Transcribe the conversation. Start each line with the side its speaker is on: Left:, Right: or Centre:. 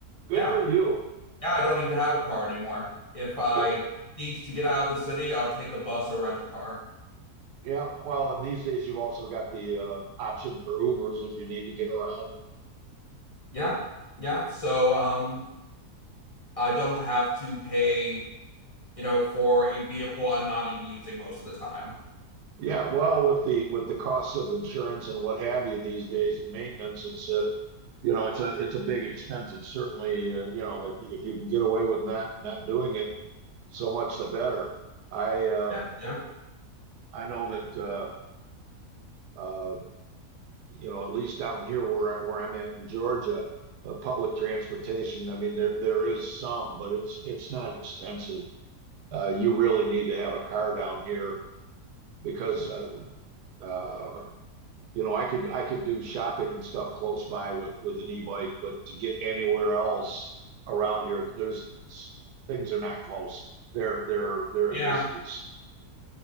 Right: Good
Left: Yeah,
Right: for you.
Left: yeah, I don't even have a car anymore. If I
Right: Good.
Left: need to get out of the city, I'll take a bus or rent a car.
Right: Yeah. Well, and these days you've also got the uh, option for Ubers if you need to get around
Left: Yeah, yeah. So, um, I I don't have to pay, you know, for a vehicle I'm not even using most of the time.
Right: Yeah, well, with the with the costs of insurance and what have you these days and maintenance, it's a you know it's a it's a big expense. It's certainly uh, you know if if you can get away with not not doing it, so much the better. I uh,
Left: Yeah, yeah,
Right: I know that uh, uh, you know at least down here where I- where I'm at in Georgia, uh, public transportation. I mean there there is some, but it's it's not extensive. Uh, you really need to have a car down here because uh, uh, you know, I could I could do shopping and stuff close by with with an e-bike, but to get anywhere else around here, there's things are not close. They're they're they're
Left: yeah,
Right: a distance.